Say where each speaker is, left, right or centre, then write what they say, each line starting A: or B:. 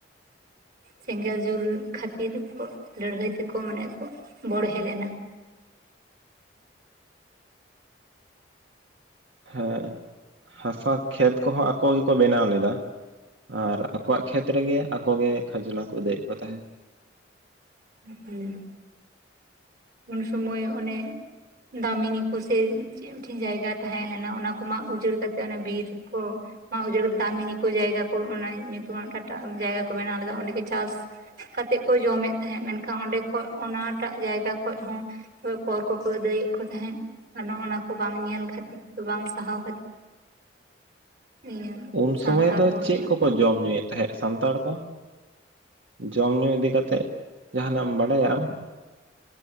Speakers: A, on the right (about 50°); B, on the right (about 70°).
A: ᱥᱮᱸᱜᱮᱞ ᱡᱩᱞ ᱠᱷᱟᱹᱛᱤᱨ ᱞᱟᱹᱲᱦᱟᱹᱭ ᱛᱮᱠᱚ ᱢᱟᱱᱮ ᱠᱚ ᱵᱚᱲᱦᱮ ᱞᱮᱱᱟ
B: ᱦᱮᱸ ᱦᱟᱸᱥᱟ ᱠᱷᱮᱛ ᱠᱚᱦᱚᱸ ᱟᱠᱚ ᱜᱮᱠᱚ ᱵᱮᱱᱟᱣ ᱞᱮᱫᱟ ᱟᱨ ᱟᱠᱚᱣᱟᱜ ᱠᱷᱮᱛ ᱨᱮᱜᱮ ᱟᱠᱚᱜᱮ ᱠᱷᱟᱡᱽᱱᱟ ᱠᱚ ᱟᱹᱫᱟᱹᱭᱮᱫ ᱠᱚ ᱛᱟᱦᱮᱸᱫ
A: ᱦᱩᱸ ᱩᱱ ᱥᱚᱢᱚᱭ ᱚᱱᱮ ᱫᱟᱢᱤᱱᱤᱠᱳ ᱥᱮ ᱪᱮᱫ <unintelligible> ᱴᱷᱮᱱ ᱡᱟᱭᱜᱟ ᱛᱟᱦᱮᱸ ᱞᱮᱱᱟ ᱚᱱᱟ ᱠᱚ ᱢᱟᱜ ᱩᱡᱟᱹᱲ ᱠᱟᱛᱮᱫ ᱚᱱᱮ ᱵᱤᱨ ᱠᱚ ᱢᱟᱜ ᱩᱡᱟᱹᱲ ᱠᱟᱛᱮ ᱫᱟᱢᱤᱱᱤᱠᱳ ᱡᱟᱭᱜᱟ ᱠᱚ ᱚᱱᱟ ᱧᱩᱛᱩᱢᱟᱱ ᱢᱤᱫ <unintelligible> ᱡᱟᱭᱜᱟ ᱠᱚ ᱵᱮᱱᱟᱣ ᱞᱮᱫᱟ ᱚᱸᱰᱮ ᱜᱮ ᱪᱟᱥ ᱠᱟᱛᱮᱫ ᱠᱚ ᱡᱚᱢᱮᱫ ᱛᱟᱦᱮᱸᱫ ᱢᱮᱱᱠᱷᱟᱱ ᱚᱸᱰᱮ ᱠᱷᱚᱱ ᱚᱱᱟ ᱴᱟᱜ ᱡᱟᱭᱜᱟ ᱠᱷᱚᱡ ᱦᱚᱸ <unintelligible> ᱠᱚᱨ ᱠᱚᱠᱚ ᱟᱹᱫᱟᱹᱭᱮᱫ ᱠᱚ ᱛᱟᱦᱮᱸᱫ ᱱᱚᱜᱼᱚᱭ ᱚᱱᱟ ᱠᱚ ᱵᱟᱝ ᱧᱮᱞ ᱠᱷᱟᱹᱛᱤᱨ ᱵᱟᱝ ᱥᱟᱦᱟᱣ ᱠᱷᱟᱹᱛᱤᱨ ᱤᱭᱟᱹ
B: ᱩᱱ
A: ᱥᱟᱱᱛᱟᱲ
B: ᱥᱚᱢᱚᱭ ᱫᱚ
A: ᱦᱚᱲ
B: ᱪᱮᱫ ᱠᱚᱠᱚ ᱡᱚᱢ ᱧᱩᱭᱮᱫ? ᱛᱟᱦᱮᱸᱫ ᱥᱟᱱᱛᱟᱲ ᱠᱚ ᱡᱚᱢ ᱧᱩ ᱤᱫᱤ ᱠᱟᱛᱮ ᱡᱟᱦᱟᱸᱱᱟᱜ ᱮᱢ ᱵᱟᱰᱟᱭᱟ ᱟᱢ?